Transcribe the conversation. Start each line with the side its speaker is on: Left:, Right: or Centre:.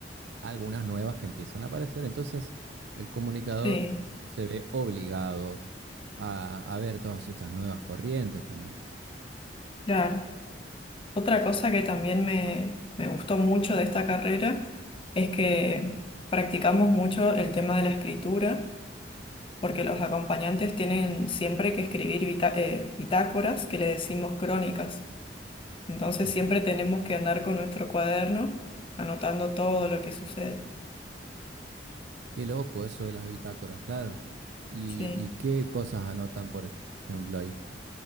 Right: algunas nuevas que empiezan a aparecer. Entonces, el comunicador
Left: sí,
Right: se ve obligado a, a ver todas estas nuevas corrientes también.
Left: claro. Otra cosa que también me, me gustó mucho de esta carrera es que practicamos mucho el tema de la escritura, porque los acompañantes tienen siempre que escribir bita- eh, bitácoras, que le decimos crónicas. Entonces
Right: Ujú.
Left: siempre tenemos que andar con nuestro cuaderno anotando todo lo que sucede.
Right: Qué loco eso de las bitácoras, claro. ¿Y,
Left: Sí.
Right: y qué cosas anotan, por ejemplo, ahí?